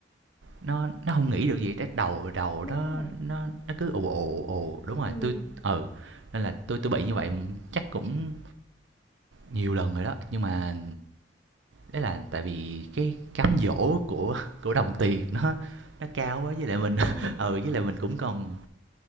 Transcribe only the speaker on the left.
đúng
rồi
ừ
ừ